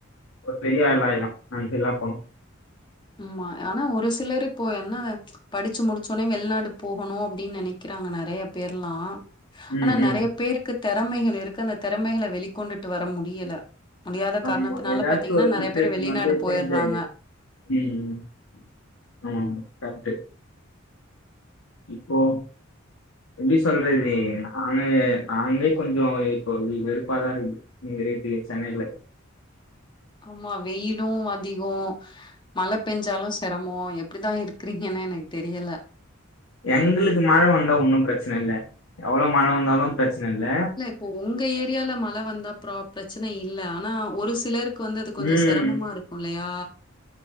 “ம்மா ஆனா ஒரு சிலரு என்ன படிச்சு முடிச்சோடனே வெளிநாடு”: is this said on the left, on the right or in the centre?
Left